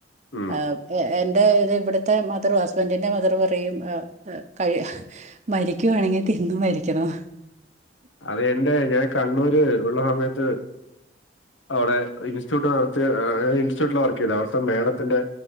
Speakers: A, on the left; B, on the right.
A: ഉം
B: ആഹ്. എന്റെ ഇത് ഇവിടുത്തെ മദറ് ഹസ്ബന്റിന്റെ മദറ് പറയും എഹ് എഹ് കയ് മരിക്കുവാണെങ്കി തിന്ന് മരിക്കണം
A: അത് എന്റെ ഞാൻ കണ്ണൂര് ഉള്ള സമയത്ത്. അവ്ടെ ഇൻസ്റ്റിറ്റ്യൂട്ട് നടത്തിയ ഏഹ് ഇൻസ്റ്റിറ്റ്യൂട്ടില് വർക്കെയ്തെ അവ്ടുത്തെ മേഡത്തിന്റെ.